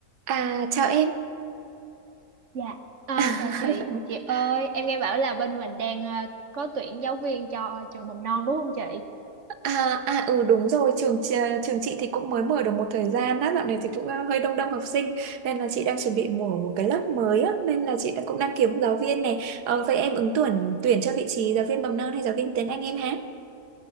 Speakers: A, on the right; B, on the right.
A: À, chào em.
B: Dạ, Ờ,
A: <laughs>
B: chào chị. Chị ơi, em nghe bảo là bên mình đang ờ, có tuyển giáo viên cho trường mầm non đúng không chị?
A: À, à ừ đúng rồi, trường ch- trường chị thì cũng mới mở được một thời gian á, dạo này thì cũng ờ, hơi đông đông học sinh nên là chị đang chuẩn bị mở một cái lớp mới á, nên là chị đã- cũng đang kiếm giáo
B: Ừ.
A: viên này. Ờ, vậy em ứng tuyển tuyển cho vị trí giáo viên mầm non hay giáo viên tiếng Anh em hả?